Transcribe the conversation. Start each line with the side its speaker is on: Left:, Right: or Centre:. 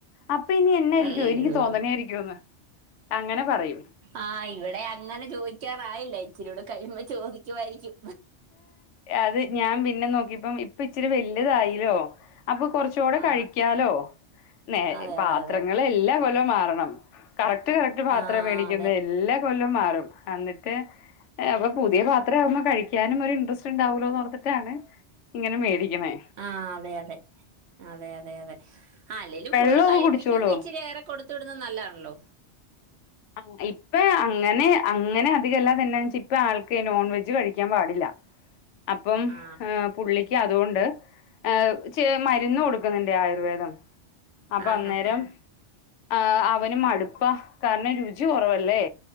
Left: അപ്പൊ ഇനി എന്നായിരിക്കോ
Right: അയ്യോ
Left: എനിക്ക് തോന്നണായിരിക്കോന്ന് അങ്ങനെ പറയും
Right: ആഹ് ഇവിടെ അങ്ങനെ ചോദിക്കാറായില്ല ഇച്ചരിയൂടെ കഴിയുമ്പോ ചോദിക്കുവായിരിക്കും
Left: അത് ഞാൻ പിന്നെ നോക്കിയപ്പം ഇപ്പ ഇച്ചിരി വലുതായില്ലോ അപ്പൊ കൊറച്ചൂടെ
Right: ആ
Left: കഴിക്കാലോ നേ
Right: അതെ
Left: പാത്രങ്ങള്
Right: അതെ അതെ
Left: എല്ലാ കൊല്ലൊ മാറണം. കറക്റ്റ് കറക്റ്റ് പാത്ര
Right: ആ
Left: മേടിക്കുന്ന
Right: അതെ
Left: എല്ലാ കൊല്ലും മാറും എന്നിട്ട്. ഏഹ് അപ്പൊ പുതിയ പാത്രം ആവുമ്പോൾ കഴിക്കാനും ഒരു ഇൻട്രസ്റ്റ് ഉണ്ടാവോലോന്ന് ഓർത്തിട്ടാണ് ഇങ്ങനെ മേടിക്കുന്നേ.
Right: ആഹ് അതെ അതെ അതെ അതെ അതെ അല്ലേലും
Left: വെള്ളമൊക്കെ
Right: ഫുള്ള് കഴിപ്പിക്കുങ്കി
Left: കുടിച്ചോളൂ
Right: ഇച്ചിരി ഏറെ. കൊടുത്ത് വിടുന്നത് നല്ലാണല്ലോ.
Left: ആ ഇപ്പ അങ്ങനെ അങ്ങനെ അധികല്ലാത് എന്നാ വെച്ച ഇപ്പ ആൾക്ക് നോൺ വെജ് കഴിക്കാൻ പാടില്ല. അപ്പം
Right: ആ
Left: ഹ് പുള്ളി ക്ക് അതുകൊണ്ട് ഏഹ് ചെ മരുന്ന് കൊടുക്കുന്നുണ്ട് ആയുർവേദം. അപ്പൊ
Right: ആ
Left: അന്നേരം
Right: ഹാ ഹാ ഹാ.
Left: ആഹ് അവന് മടുപ്പ കാരണം രുജി കൊറവല്ലേ.